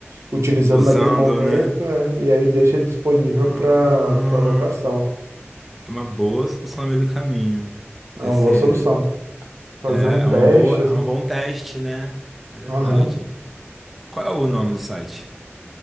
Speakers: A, on the right (about 80°); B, in the centre.
A: utilizando
B: Usando,
A: naquele momento,
B: né?
A: né? E aí deixa disponível
B: Ah.
A: para para locação.
B: É uma boa solução no meio do caminho. Você,
A: É uma
B: você-
A: boa solução. Fazer
B: é,
A: um
B: é uma
A: teste,
B: boa,
A: assim.
B: é um bom teste, né? É verdade.
A: Aham.
B: Qual é o nome do site?